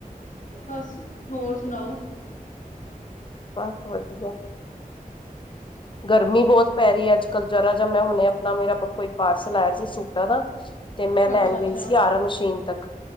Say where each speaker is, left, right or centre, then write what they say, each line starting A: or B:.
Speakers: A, on the left (about 60°); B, on the left (about 35°).
A: ਬਸ ਹੋਰ ਸੁਣਾਓ,
B: ਬਸ ਵਧੀਆ ਗਰਮੀ ਬੋਤ ਪੈ ਰੀ ਐ, ਅੱਜ ਕੱਲ ਜਰਾ ਜ, ਮੈਂ ਹੁਣੇ ਆਪਣਾ ਮੇਰਾ ਕੋਈ ਪਾਰਸਲ ਆਇਆ ਸੀ ਸੂਟਾਂ ਦਾ, ਤੇ ਮੈਂ ਲੈਣ
A: ਅੱਛਾ ਅੱਛਾ
B: ਗਈ ਸੀ ਆਰਾ ਮਸ਼ੀਨ ਤੱਕ,